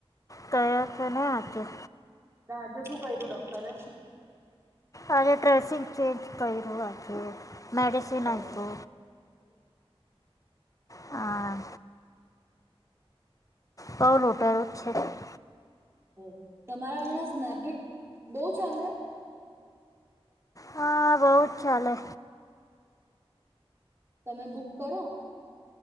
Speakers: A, on the left; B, on the right.
A: કયા છે, ને આપ્યો.
B: આજે શું કર્યુ ડોકટર <unintelligible>
A: આજે ડ્રેસિંગ ચેન્જ કર્યું આજે. મેડિસિન
B: ઓ
A: આપો હા. ઓ લુટેરો છે.
B: હ તમારા અહીંયા સ્નાપડિટ બહુ ચાલે.
A: હા બહુ ચાલે
B: તમે બુક કરો.